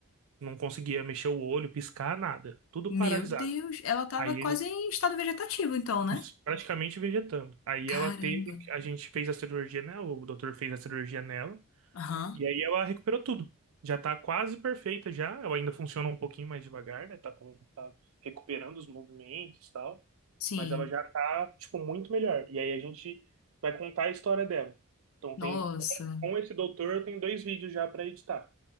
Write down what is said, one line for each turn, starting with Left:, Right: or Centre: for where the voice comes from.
Right: não conseguia mexer o olho, piscar, nada. Tudo
Left: Meu
Right: paralisado.
Left: Deus, ela tava
Right: Aí
Left: quase
Right: ele,
Left: em estado vegetativo, então, né?
Right: isso, praticamente vegetando. Aí
Left: Caramba.
Right: ela teve, a gente fez a cirurgia nela, o doutor fez a cirurgia nela.
Left: Aham.
Right: E aí ela recuperou tudo. Já tá quase perfeita já. Ela ainda funciona um pouquinho mais devagar, né? Tá, com, tá recuperando os movimentos e tal.
Left: Sim.
Right: Mas ela já tá, tipo, muito melhor. E aí a gente vai contar a história dela. Então
Left: Nossa.
Right: tem, com esse doutor eu tenho dois vídeos já para editar.